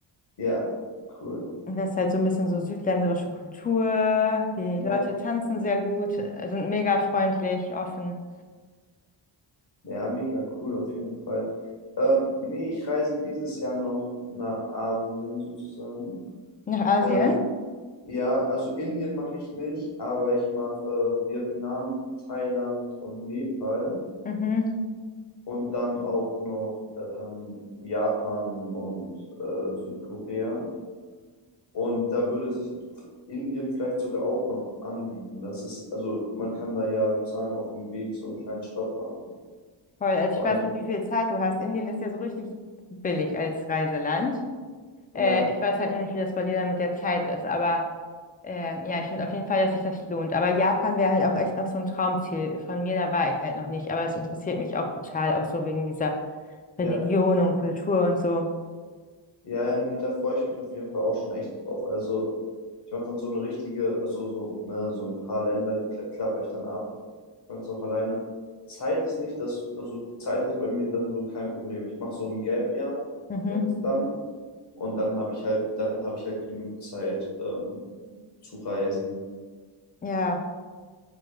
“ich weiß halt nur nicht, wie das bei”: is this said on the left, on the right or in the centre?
Left